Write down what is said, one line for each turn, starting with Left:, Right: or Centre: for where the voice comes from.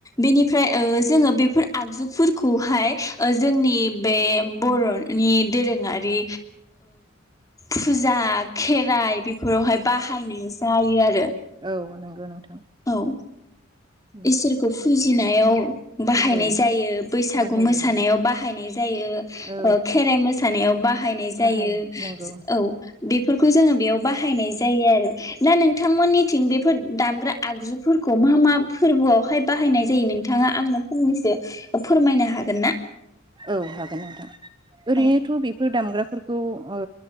Left: बेनिफ्राय ओ जोङो बेफोर आगजुफोरखौहाय ओ जोंनि बे बर'नि दोरोङारि फुजा जा खेराइ बेफोरावहाय बाहायनाय जायो आरो।
Right: औ नंगौ नोंथां।
Left: औ
Right: उम
Left: इसोरखौ फुजा जानायाव बाहायनाय
Right: औ
Left: जायो बैसागु
Right: बाहायो
Left: मोसानायाव बाहायनाय जायो
Right: औ
Left: खेराइ मोसा सानायावबा बाहायनाय जायो
Right: बाहायनो नंगौ
Left: औ बेफोरखौ जोङो बेयाव बाहायनाय जायो आरो दा नोंथांमोननि थिं बे फोर दामग्रा आगजुफोरखौ मा मा फोरबोयावहाय बाहायनाय जायो नोंथाङा आंनो फंनैसो फोरमायनो हागोन ना?
Right: औ हागोन नोंथां। ओरैनोथ'
Left: औ
Right: बेफोर दामग्रा फोरफोरखौ ओ